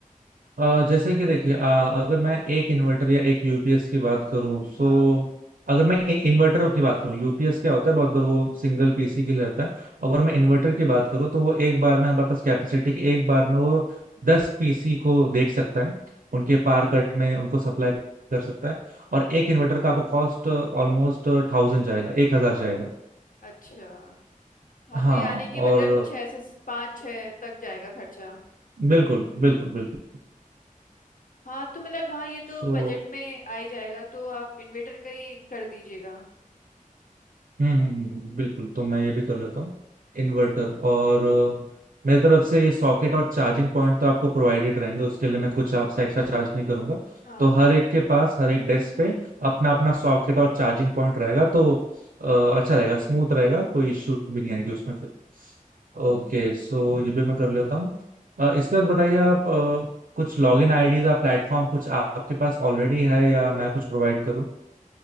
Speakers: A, on the right (about 75°); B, on the left (about 70°).
A: अ, जैसे कि देखिए अ, अगर मैं एक इन्वर्टर या एक यूपीएस की बात करूं सो
B: हाँ
A: अगर मैं इन्वर्टर की बात करूं यूपीएस क्या होता है बहुत बार वो सिंगल पीसी के लिए रहता है अगर मैं इन्वर्टर की बात करूं तो वो एक बार में हमारे पास कैपेसिटी की एक बार में वो दस पीसी को देख सकता है उनके पार कट में उनको सप्लाई कर सकता है और एक इन्वर्टर का आपको कॉस्ट ऑलमोस्ट थाउजेंड जाएगा एक हजार जाएगा
B: अच्छा हाँ
A: हाँ
B: तो यानी कि
A: और
B: मतलब छः से पाँच छः तक जाएगा खर्चा
A: बिल्कुल बिल्कुल बिल्कुल
B: हाँ तो मतलब हाँ ये तो
A: सो
B: बजट में आ ही जाएगा तो आप इन्वेटर का ही कर दीजिएगा
A: हम्म हम्म, हम्म, बिल्कुल तो मैं ये भी कर लेता हूँ इन्वर्टर और अ, मेरी तरफ से ये सॉकेट और चार्जिंग पॉइंट तो आपको प्रोवाइडेड रहेंगे उसके लिए मैं कुछ आपसे एक्स्ट्रा चार्ज नहीं करूंगा
B: हाँ
A: तो हर एक के पास हर एक डेस्क पे अपना अपना सॉकेट और चार्जिंग पॉइंट रहेगा तो अ, अच्छा रहेगा स्मूथ रहेगा कोई इश्यू भी नहीं आएगी उसमें फिर ओके सो ये भी मैं कर लेता हूँ अ, इसके बाद बताइए आप अ, कुछ लॉगिन आईडीज या प्लेटफॉर्म कुछ आपके पास ऑलरेडी है या मैं कुछ प्रोवाइड करूँ